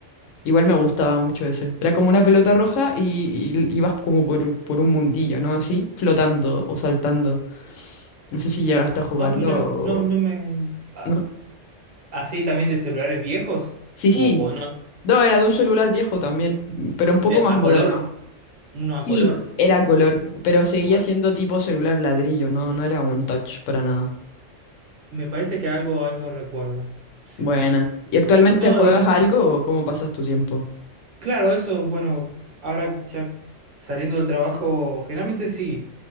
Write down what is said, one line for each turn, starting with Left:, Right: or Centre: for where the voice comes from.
Left: Igual me gustaba mucho ese. Era como una pelota roja y, y ibas como por, por un mundillo, ¿no? Así, flotando o saltando. No sé si llegaste a jugarlo
Right: Ah, mira,
Left: o...
Right: no, no me. ah,
Left: ¿No?
Right: ¿Así también de celulares viejos?
Left: Sí,
Right: ¿O,
Left: sí,
Right: o no?
Left: No, era de un celular viejo también, pero un poco
Right: De,
Left: más
Right: a
Left: moderno.
Right: color, uno
Left: Sí,
Right: a color.
Left: era color, pero seguía
Right: Pues
Left: siendo tipo celular ladrillo, no, no era un touch para nada.
Right: me parece que algo, algo recuerdo. Sí.
Left: Buena. ¿Y actualmente
Right: No,
Left: juegas
Right: y
Left: algo o cómo pasas tu tiempo?
Right: Claro, eso, bueno, ahora ya saliendo del trabajo, generalmente sí.